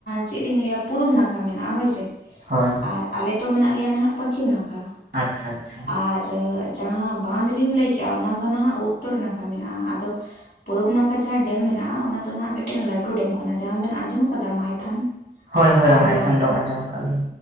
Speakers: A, on the left; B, on the right.
A: ᱪᱮᱫ ᱞᱤᱧ ᱞᱟᱹᱭᱟ ᱯᱩᱨᱩᱢ ᱱᱟᱠᱷᱟ ᱢᱮᱱᱟᱜ-ᱟ ᱦᱳᱭ ᱥᱮ
B: ᱦᱳᱭ᱾
A: ᱟᱨ ᱟᱞᱮᱚ ᱢᱮᱱᱟᱜ ᱞᱮᱭᱟ, ᱱᱟᱦᱟᱜ ᱯᱚᱪᱷᱤᱢ ᱱᱟᱠᱷᱟ᱾
B: ᱟᱪᱪᱷᱟ, ᱟᱪᱪᱷᱟ᱾
A: ᱟᱨ ᱡᱟᱦᱟᱸ ᱵᱟᱸᱫ ᱞᱤᱧ ᱞᱟᱹᱭ ᱠᱮᱜᱼᱟ, ᱚᱱᱟ ᱫᱚ ᱱᱟᱦᱟᱜ ᱩᱛᱛᱚᱨ ᱱᱟᱠᱷᱟ ᱢᱮᱱᱟᱜᱼᱟ᱾ ᱟᱫᱚ ᱯᱩᱨᱩᱵ ᱱᱟᱠᱷᱟ ᱡᱟᱦᱟᱸ ᱰᱮᱢ ᱢᱮᱱᱟᱜᱼᱟ, ᱚᱱᱟ ᱫᱚ ᱟᱜ ᱢᱤᱫᱴᱟᱝ ᱞᱟᱟᱹᱴᱩ ᱰᱮᱢ ᱠᱟᱱᱟ, ᱡᱟᱦᱟᱸ ᱵᱮᱱ ᱟᱸᱡᱚᱢ ᱠᱟᱫᱟ ᱢᱟᱭᱛᱷᱟᱱ᱾
B: ᱦᱳᱭ, ᱦᱳᱭ
A: ᱟᱫᱚ
B: ᱢᱟᱭᱛᱷᱚᱱ ᱰᱮᱢ ᱟᱸᱡᱚᱢ ᱠᱟᱜ ᱟᱞᱤᱧ᱾